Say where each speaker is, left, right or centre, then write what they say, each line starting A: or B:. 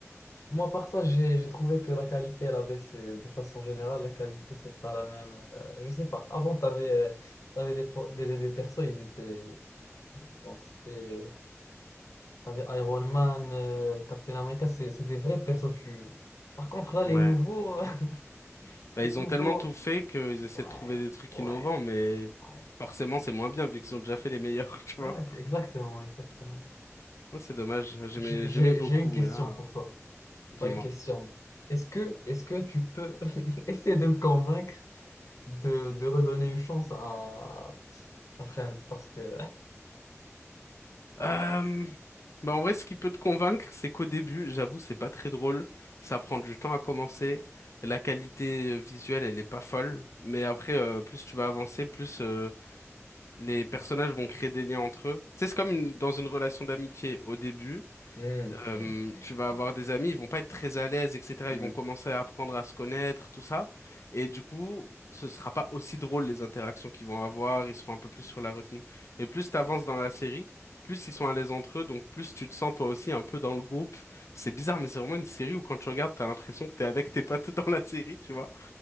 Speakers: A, on the left; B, on the left.
A: Moi, par ça, j'ai j'ai trouvé que la qualité, elle a baissé. De façon générale, la qualité, c'est pas la même. Euh, je sais pas. Avant, t'avais, euh, t'avais des, po- des, des, des persos, ils étaient. Genre, c'était. T'avais Iron Man, euh, Captain America, c'est c'est des vrais persos. Tu... Par contre, là, les
B: Ouais.
A: nouveaux. <laughs>
B: Bah,
A: les
B: ils
A: nouveaux.
B: ont tellement tout fait qu'ils essaient
A: Ouais,
B: de trouver des trucs
A: ouais.
B: innovants, mais
A: ouais.
B: forcément, c'est moins bien vu qu'ils ont déjà fait les meilleurs, <laughs> tu
A: Ouais,
B: vois.
A: c'est exactement, exactement.
B: Ouais, C'est dommage, j'aimais,
A: J'ai j'ai-
B: j'aimais beaucoup,
A: j'ai une question
B: mais là,
A: pour
B: euh,
A: toi.
B: dis-moi.
A: Pas une question. Est-ce que, est-ce que tu peux <laughs> essayer de me convaincre de, de redonner une chance à, à Friends? Parce que.
B: Euh, Bah en vrai, ce qui peut te convaincre, c'est qu'au début, j'avoue, c'est pas très drôle. Ça prend du temps à commencer. La qualité euh, visuelle, elle est pas folle. Mais après, euh, plus tu vas avancer, plus euh, les personnages vont créer des liens entre eux. Tu sais, c'est comme une- dans une relation d'amitié. Au début,
A: Hmm,
B: Euh,
A: hmm, hmm,
B: tu vas
A: hmm,
B: avoir des amis, ils vont pas être très à l'aise, etc.
A: hmm.
B: Ils vont commencer à apprendre à se connaître, tout ça. Et du coup, ce sera pas aussi drôle les interactions qu'ils vont avoir. Ils seront un peu plus sur la retenue. Et plus t'avances dans la série, plus ils sont à l'aise entre eux, donc plus tu te sens toi aussi un peu dans le groupe. C'est bizarre, mais c'est vraiment une série où quand tu regardes, t'as l'impression que t'es avec tes potes <laughs> dans la série, tu vois.